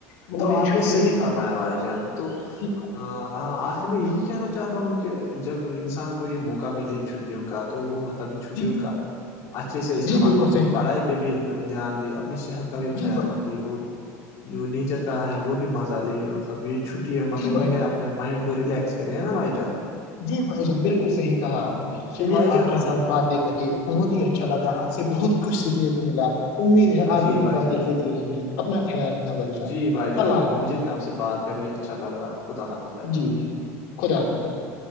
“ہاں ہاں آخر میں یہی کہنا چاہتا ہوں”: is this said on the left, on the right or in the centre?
Left